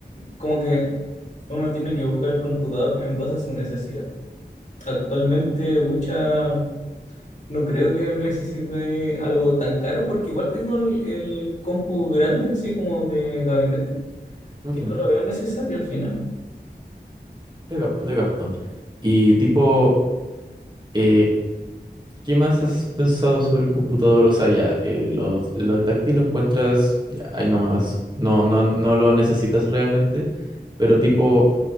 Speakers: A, on the left (about 45°); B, on the right (about 25°).
A: como que uno tiene que buscar el computador en base a su necesidad. Actualmente, mucha, no creo que necesite algo tan caro porque igual tengo el, el compu grande, así como de gabinete,
B: Sí.
A: que no lo veo necesario al final.
B: Te capto, te capto. Y tipo, eh, ¿qué más has pensado sobre el computador? O sea, ya, eh, lo, lo táctil lo encuentras ya, ahí nomás. No, no, no lo necesitas realmente, pero tipo,